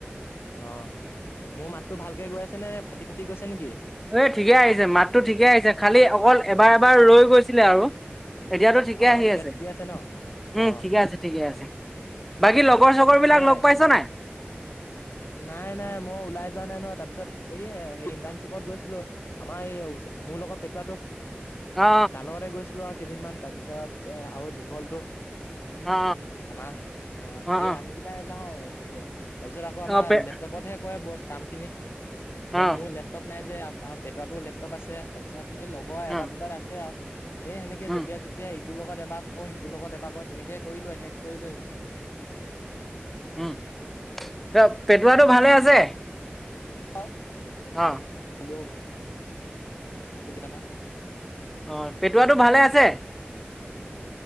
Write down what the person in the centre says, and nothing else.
এই ঠিকে আহিছে মাততো ঠিকে আহিছে, খালি অকল এবাৰ এবাৰ ৰৈ গৈছিলে আৰু। এতিয়াতো ঠিকে
আহি
আছে।
উম' ঠিকে আছে ঠিকে আছে, বাকী
লগৰ চগৰ
বিলাক লগ পাইছ নাই?
অ
অ
অ অ
অ
অ পে
অ
অ
উম
উম' এ পেটৱাটো ভালে আছে।
অঁ'
অঁ পেটুৱাটো ভালে আছে।